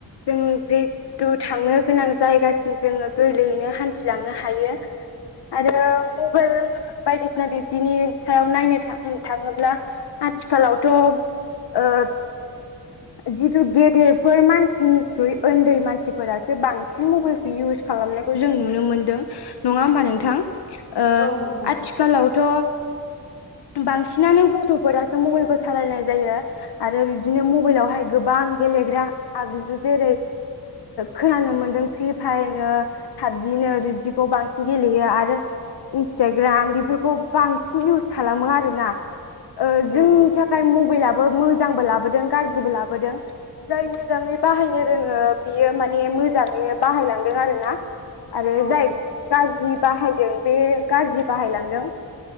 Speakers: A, on the left; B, on the left.
A: जों जेथु थांनो गोनां जायगासिम जोङो गोरलैयैनो हान्थिलांनो हायो। आरो मबाइल बायदिसिना बिब्दिनि सायाव नायनो होन थाङोब्ला आथिखालावथ' जिथु गेदेरफोर मानसिनिख्रुइ उन्दै मानसिफोरासो बांसिन मबाइल बे इउस खालामनायखौ जों नुनो मोनदों नङा होमबा नोंथां? ओ आ
B: औ नोंथां
A: आथिखालावथ' बांसिनानो गथ'फोरासो मबाइलखौ सालायनाय जायो। आरो बिबदिनो मबाइलावहाय गोबां गेलेग्रा आगजु जेरै खोनानो मोनदों फ्रि फायारनो पाबजिनो बिब्दिखौ बांसिन गेलेयो आरो इन्सटाग्राम बेफोरखौ बांसिन इउस खालामो आरोना।
B: औ
A: जोंनि थाखाय मबाइलाबो मोजांबो लाबोदों गाज्रिबो लाबोदों। जाय मोजाङै बाहायनो रोङो बियो माने मोजाङैनो बाहायलांदों आरो ना। आरो
B: औ
A: जाय गाज्रि बाहायदों बे गाज्रि बाहायलांदों।